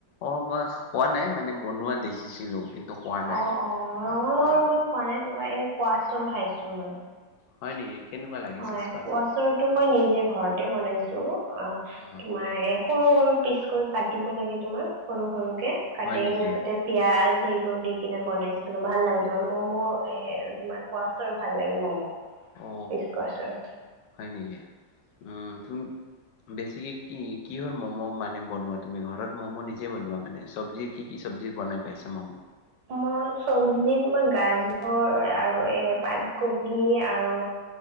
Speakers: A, on the left; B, on the right.
A: অ মই খোৱা নাই মানে বনোৱা দেখিছিলো। কিন্তু খোৱা নাই
B: অ অ ৰঙালাওৰ
A: অ
B: মই খোৱা নাই তোমাৰ এই কোৱাচৰ খাইছো মই।
A: হয় নেকি? কেনেকুৱা লাগিছে
B: হয়
A: স্কোৱাচৰ
B: কোৱাচৰটো মই নিজে ঘৰতে বনাইছো অ
A: অ
B: তোমাৰ এ সৰু সৰু পিচ কৰি কাটিব লাগে তোমাৰ সৰু সৰুকে কাটি
A: হয় নেকি
B: কেনে
A: অ
B: তাতে পিয়াজ সেইবোৰ দি কিনে বনাইছিলো, ভাল লাগে তোমাৰ ম'ম' এ তোমাৰ কোৱাছৰ ভাল লাগে ম'ম'।
A: অ
B: ইস্কছৰ হয়।
A: হয় নেকি উম তুম বেছিকে কি কিহৰ ম'ম' মানে বনোৱা তুমি ঘৰত ম'ম' নিজে বনোৱা মানে চবজি কি কি চবজি বনাই পাইছা ম'ম?
B: ম ই চবজি তোমাৰ গাজৰ আৰু এই পাতকবি আৰু